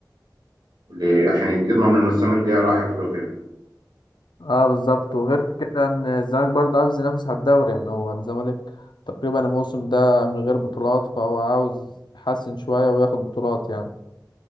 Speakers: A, on the right; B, on the left.
A: ل- عشان يضمن انه السنة الجاية رايح افريقيا
B: اه بالظبط وغير كده ان الزمالك برضه عاوز ينافس على الدوري يعني هو الزمالك تقريبا الموسم ده من غير بطولات فهو عاوز يحسن شوية وياخد بطولات يعني